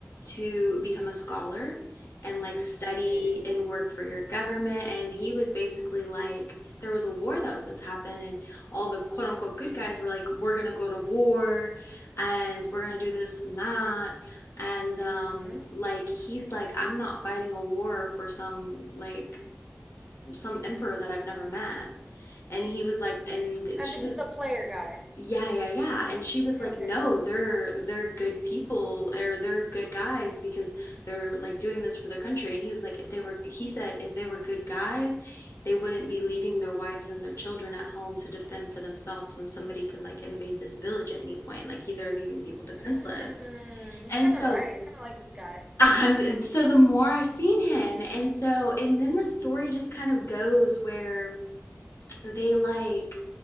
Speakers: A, on the left (about 80°); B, on the right (about 15°).
A: to become a scholar and like study
B: Okay.
A: and work for your government. And he was basically like there was a war that was about to happen and all the quote unquote good guys were like, We're gonna go to war and we're gonna do this and that. And
B: Mm-hmm.
A: um like he's like, I'm not fighting a war for some like some emperor that I've never met. And he was like, and
B: And
A: she
B: this
A: was,
B: is the player guy.
A: yeah, yeah, yeah. And she was
B: Okay,
A: like,
B: okay.
A: no, they're they're good people or they're good guys because they're like doing this for their country. And he was like, if they were, he said, if they were good guys, they wouldn't be leaving their wives and their children at home to defend for themselves when somebody could like invade this village at any point. Like they're leaving people defenseless.
B: Mm, he's
A: And
B: kind
A: so
B: of right. I kind of like this guy.
A: I'm so the more I seen him, and so and then the story just kind of goes where they like